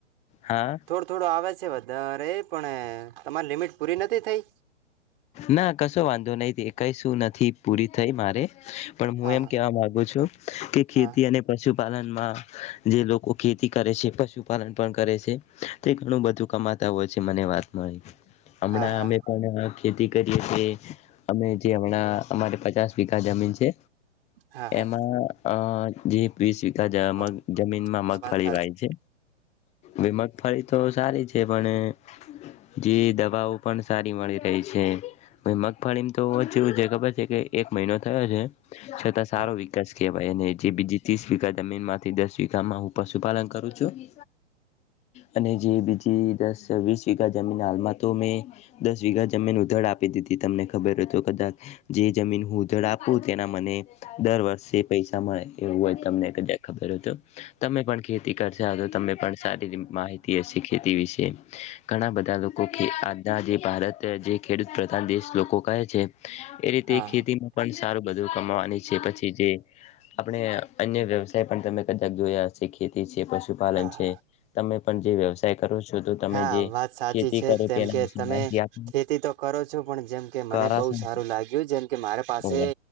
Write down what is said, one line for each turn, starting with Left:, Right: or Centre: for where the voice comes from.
Left: હા
Right: થોડું આવે છે વધારે પણ તમારી લિમિટ પૂરી નથી થઈ.
Left: ના કશો વાંધો નહ કઈ શું નથી પૂરી થઈ મારે. પણ હું
Right: હા
Left: એમ કેવા માંગુ છું કે ખેતી
Right: હા
Left: અને. પશુપાલનમાં જે લોકો ખેતી કરે છે પશુપાલન પણ કરે છે. તે ઘણું બધું કમાતા હોય છે મને વાત. હમણાં
Right: હા હા
Left: અમે પણ ખેતી કરીએ. અમે જે હમણાં અમારે પચાસ મીઘા જમીન છે
Right: હા હા
Left: એમાં.
Right: હા
Left: અ જે વીસ વીકાા મગ
Right: હા
Left: જમીનમાં મગફળી
Right: વાત સાચી
Left: વાય છે. વિમત ફરી તો સારી છે પણ. જે દવાઓ પણ સારી મળી રહી છે. છે હ મગફળીમાં તો ઓછું છે ખબર છે કે. એક મહિનો થયો છે છતાં સારો
Right: હા
Left: વિકાસ કહેવાય અને જે બીજી ત્રીસ. જમીન માંથી દસ વામાં હું પશુપાલન કરું છું. અને જે બીજી દસ વીસ વીઘા જમીન હાલમાં તો મે દસ વઘા. જમીન ઉધડ આપી દીધી તમને ખબર હતો કદાચ જે જમીન હું ઉધડ આપું તેના મને. દર વર્ષે પૈસા મળે. એવું હોય તમને કા ખબર હતું તમે પણ ખેતી કરતા તો તમે પણ સારી માહિત. ખેતી વિશે ઘણા બધા લોકો આના જે ભારત. જે ખેડૂત પ્રધાન દેશ લોકો કહે છે એ રીતે
Right: હા
Left: ખેતી.
Right: હા
Left: પણ સારું બધું કમાવાની છે પછી જે. આપણે અન્ય વ્યવસાય પણ તમે કદાચ જોયા હ ખેતી છે પશુ પશુપાલન
Right: હા
Left: છે તમે પણ જે વ્યવ કરો છો તો તમે
Right: હા
Left: જે
Right: વાત સાચી
Left: ખેતી
Right: છે
Left: કરો
Right: જેમ
Left: તેના
Right: કે
Left: વિશે
Right: તમે
Left: માહિતી આપ.
Right: ખેતી તો કરો છો પણ જેમ કે મને
Left: કરાસન
Right: બહુ સારું લાગ્યું જેમ કે મારે પાસે.
Left: ઓવે